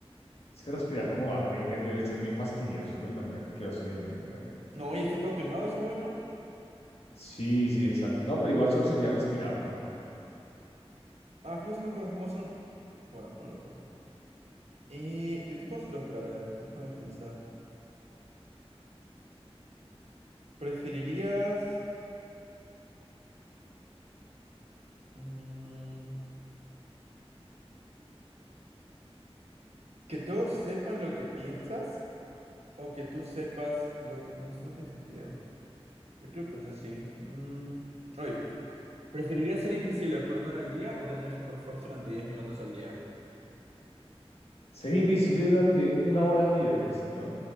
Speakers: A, on the left; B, on the right.
A: es que respirar como Darth Vader debe ser bien fastidioso, ¿no? Imagínate que vas en el... en-
B: No, y está todo quemado ese güey, ¿no?
A: Sí, sí, exacto. No, pero igual solo sería respirar, ¿no?
B: Ah, creo que sí me acuerdas cómo son. Bueno, no lo puedo. Eh, yo te puedo hacer otra vez. Déjame pensar. ¿Preferirías mm, que todos sepan lo que piensas? O que tú sepas lo que... No, esto no tiene sentido. Yo creo que pensé así. Mm, Oye, ¿preferirías ser invisible por una hora al día o tener super fuerza durante 10 minutos al día?
A: Ser invisible durante una hora al día, dijiste, ¿no?